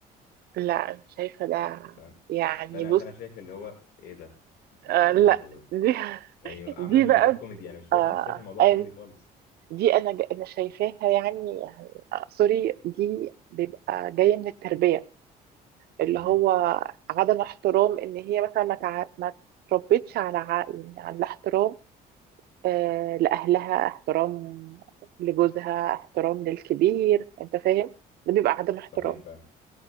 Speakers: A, on the right; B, on the left.
A: لا انا شايفة ده
B: تمام
A: يعني
B: فانا
A: بص
B: فانا شايف اللي هو ايه ده انتوا
A: آه لا
B: ايه ده انتوا
A: دي <laughs>
B: يعني عامله
A: دي
B: الموضوع
A: بقى
B: كوميدي انا مش شايف
A: آه
B: مش شايف الموضوع
A: أن-
B: كوميدي خالص
A: دي انا ج- انا شايفاها يعني يعني آه، سوري دي بيبقى جايه من التربيه اللي
B: مهم.
A: هو عدم احترام ان هي مثلا ما تع... ما تربيتش على ع- يعني على الاحترام آه لاهلها احترام لجوزها احترام للكبير انت فاهم ده بيبقى عدم احترام
B: صحيح فعلا